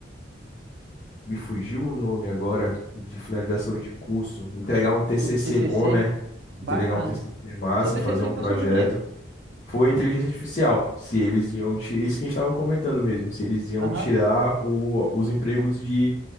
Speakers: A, on the left; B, on the right.
A: Me fugiu o nome agora de finalização de curso. Entregar um TCC
B: O TCC,
A: bom, né? Entregar
B: bacana.
A: um TCC massa,
B: Seu TCC
A: fazer um
B: foi
A: projeto.
B: sobre o quê?
A: Foi a inteligência artificial. Se eles iam tirar. Isso que a gente estava comentando mesmo. Se eles iam
B: Aham,
A: tirar o- os empregos de